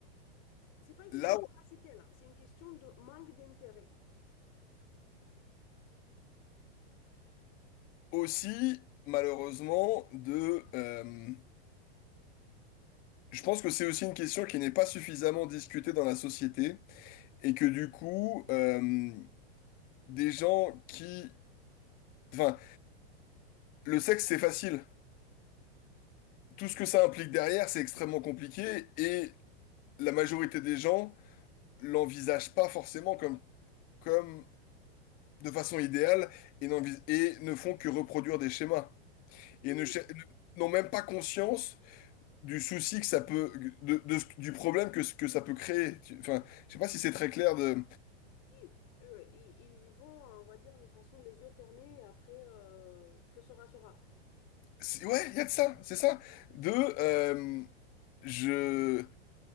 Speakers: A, on the left; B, on the left.
A: C'est pas une question
B: là
A: de capacité là, c'est une question de manque d'intérêt.
B: aussi, malheureusement, de. euh, je pense que c'est aussi une question qui n'est pas suffisamment discutée dans la société et que du coup, euh, des gens qui. Enfin, le sexe, c'est facile. Tout ce que ça implique derrière, c'est extrêmement compliqué et la majorité des gens l'envisagent pas forcément comme, comme de façon idéale et, n'envis- et ne font que reproduire des schémas
A: Oui,
B: et ne cher- n'ont même pas conscience du souci que ça peut, de, de ce- du problème que, ce- que ça peut créer. Tu- Enfin, je sais pas si c'est très clair de,
A: si. Euh, ils, ils vont, on va dire, de façon les yeux fermés et après, euh, que sera, sera.
B: c'est- ouais, il y a de ça, c'est ça, de, euh, je,